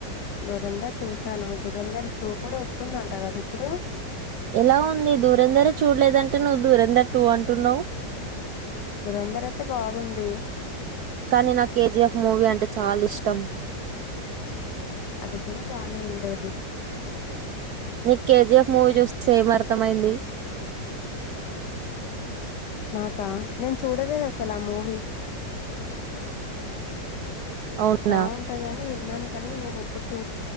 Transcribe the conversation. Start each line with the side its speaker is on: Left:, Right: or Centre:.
Left: దురంధర్ చూశాను దురంధర్ టూ కూడా వస్తుందంట కదా ఇప్పుడు
Right: ఎలా ఉంది దూరందరే చూడలేదంటే నువ్వు దూరందర్ టూ అంటున్నావ్
Left: దురంధర్ అయితే బాగుంది
Right: కానీ నాకు కేజీఎఫ్ మూవీ అంటే చాలా ఇష్టం
Left: అది కూడా బానే ఉండేది
Right: నీకు కేజిఎఫ్ మూవీ చూస్తే ఏం అర్థమైంది
Left: నాకా నేను చూడలేదు అసలు ఆ మూవీ
Right: అవునా
Left: బాగుంటది అని విన్నాను కానీ నేను ఎప్పుడు చూ